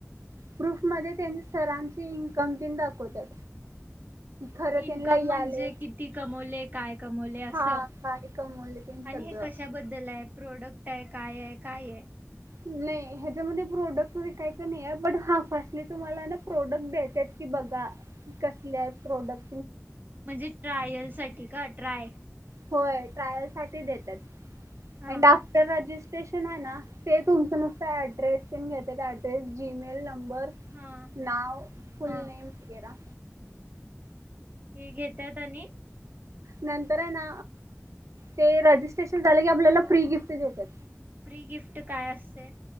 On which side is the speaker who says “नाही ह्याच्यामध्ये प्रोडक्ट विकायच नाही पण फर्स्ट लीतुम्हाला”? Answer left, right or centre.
Right